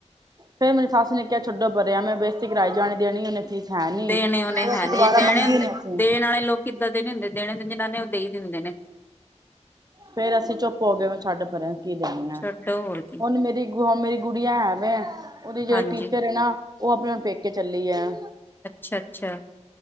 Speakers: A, on the right; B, on the left.
A: ਫਿਰ ਮੇਰੀ ਸੱਸ ਨੇ ਕਿਹਾ ਛੱਡੋ ਪਰੇ ਮੈਂ ਬੇਸਤੀ ਕਰਏ ਜਾਣੀ ਦੇਣੀ ਉਹਨੇ, ਫੀਸ ਹੈ ਨੀ
B: ਦੇਣੇ ਹੋਣੇ
A: ਫੇਰ
B: ਹੈ
A: ਅਸੀਂ
B: ਨੀਂ
A: ਦੁਬਾਰਾ
B: ਦੇਣੇ
A: ਮੰਗੀ
B: ਹੁੰਦੇ
A: ਨੀ ਅਸੀਂ
B: ਦੇਣ ਵਾਲੇ ਲੋਕ, ਕਿੱਦਾਂ ਦੇ ਨ ਹੁੰਦੇ ਦੇਣੇ ਜਿਹਨਾਂ ਨੇ ਉਹ ਦੇਈ ਦਿੰਦੇ ਨੇ,
A: ਫੇਰ ਅਸੀਂ ਚੁੱਪ ਹੋ ਗਏ ਛੱਡ ਪਰੇ ਕੀ ਦੇਣੀ ਆ
B: ਛੱਡੋ ਹੋਰ ਕੀ
A: ਹੁਣ ਮੇਰੀ ਗੁੜੀਆਂ ਹੈ, ਵੇ,,,, ਉਹਦੀ ਜਿਹੜੇ
B: ਹਾਂਜੀ
A: ਟੀਚਰ ਨਾ, ਉਹ ਆਪਣੇਹੁਣ ਪੇਕੇ ਚੱਲੀ ਹੈ,
B: ਅੱਛਾ ਅੱਛਾ,,,,,